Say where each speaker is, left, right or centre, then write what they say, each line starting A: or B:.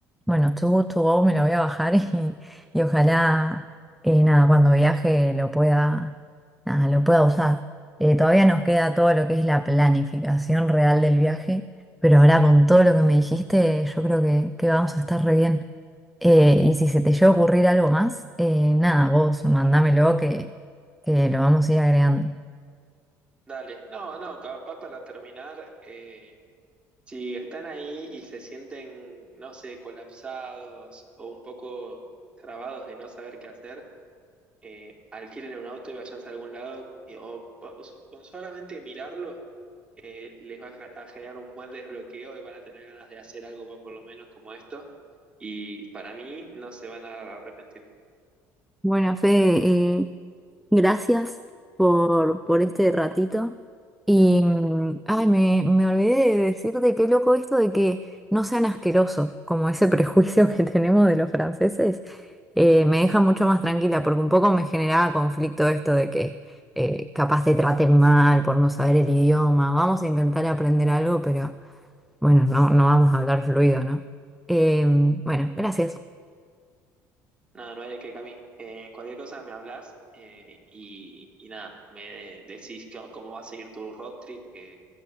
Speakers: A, in the centre; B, on the right.
A: bueno, Too Good To Go me lo voy a bajar <laughs> y, y ojalá, eh, nada, cuando viaje lo pueda, nada, lo pueda usar. Eh, todavía nos queda todo lo que es la planificación real del viaje, pero ahora con todo lo que me dijiste, yo creo que, que vamos a estar re bien. Eh, y si se te llega a ocurrir algo más, eh, nada, vos mandámelo que, que lo vamos a ir agregando.
B: Dale, no, no, capaz para terminar, eh, si están ahí y se sienten, no sé, colapsados o un poco trabados de no saber qué hacer, eh, alquilen un auto y váyanse a algún lado, y- o, po- o s- con solamente mirarlo, eh, les va a ge- a generar un buen desbloqueo y van a tener ganas de hacer algo por por lo menos como esto, y para mí no se van a arrepentir.
A: Bueno, Fede, eh, Gracias por, por este ratito. Y, mm, ay, me, me olvidé de decirte qué loco esto de que no sean asquerosos, como ese prejuicio que <laughs> tenemos de los franceses, eh, me deja mucho más tranquila, porque un poco me generaba conflicto esto de que eh, capaz te traten mal por no saber el idioma. Vamos a intentar aprender algo, pero bueno, no, no vamos a hablar fluido, ¿no? Em, bueno, gracias.
B: Nada, no hay de qué, Cami. Eh, cualquier cosa me hablas eh, y, y nada, me decís cómo cómo va a seguir tu road trip, que